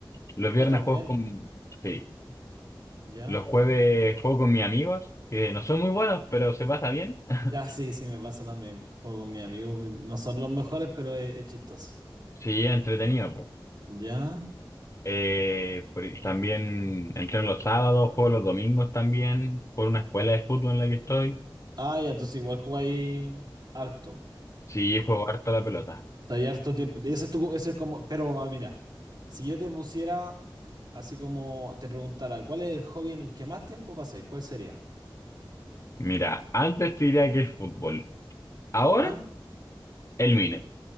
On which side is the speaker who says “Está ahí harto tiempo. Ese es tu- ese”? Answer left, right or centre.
Right